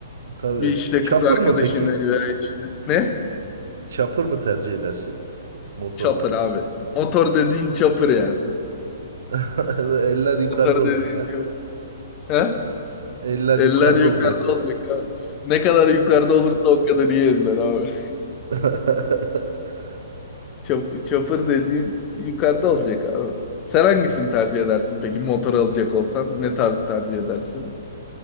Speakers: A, on the right (about 55°); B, on the left (about 25°).
A: Tabii.
B: Bir işte
A: Chopper
B: kız arkadaşını
A: mı peki?
B: veya eşini. Ne?
A: Chopper mı tercih edersin motorla?
B: Çapır abi. Motor dediğin çapır yani.
A: <laughs> Eller yukarıda
B: Motor
A: olacak
B: dediğin
A: ha.
B: çapır. He?
A: Eller
B: Eller
A: yukarıda
B: yukarıda
A: olacak mı?
B: olacak abi. Ne kadar yukarıda olursa o kadar iyi eller abi.
A: <laughs>
B: Çap- çapır dediğin yukarıda olacak abi. Sen hangisini tercih edersin peki motor alacak olsan? Ne tarzı tercih edersin?